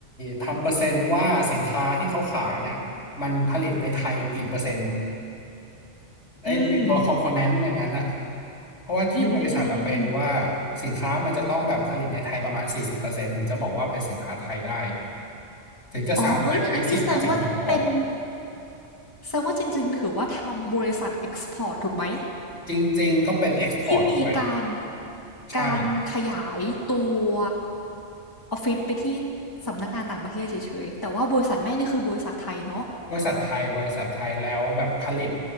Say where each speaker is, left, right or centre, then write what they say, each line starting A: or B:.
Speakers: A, on the left; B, on the left.
A: ทำเปอร์เซ็นต์ว่าสินค้าที่เขาขายเนี่ยมันผลิตในไทยกี่เปอร์เซ็นต์ไอ้ในตัวคอมโพเนนต์อย่างนั้นอ่ะ
B: อืม
A: เพราะว่าที่บริษัทอะเป็นว่า
B: อืมอืมอืมอืม
A: สินค้ามันจะต้องแบบผลิตในไทยประมาณสี่สิบเปอร์เซ็นต์ถึงจะบอกว่าเป็นสินค้าไทยได้ถึงจะสามารถใช้สิทธิภาษีส่งออก
B: อ๋อเอ้ยอันนี้แสดงว่าเป็นแสดงว่าจริงๆถือว่าทำบริษัทเอ็กซ์พอร์ตถูกไหม
A: จริงๆก็เป็นเอ็กซ์พอร์ตด้วย
B: ที่มีการ
A: ใช่
B: การขยายตัวออฟฟิศไปที่สำนักงานต่างประเทศเฉยๆแต่ว่าบริษัทแม่นี่คือบริษัทไทยเนาะ
A: บริษัทไทยบริษัทไทยแล้วแบบผลิต